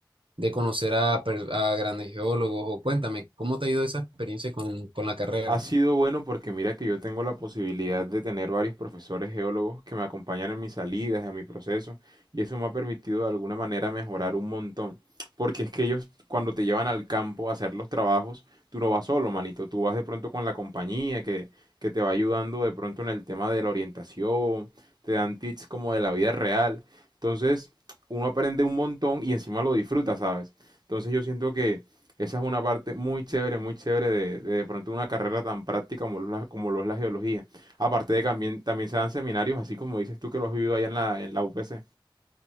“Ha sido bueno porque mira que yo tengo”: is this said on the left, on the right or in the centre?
Right